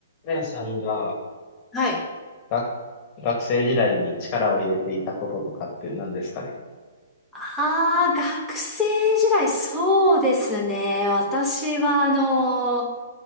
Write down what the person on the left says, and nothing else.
あやさんが、
学、学生時代に力を入れていたこととかって何ですかね。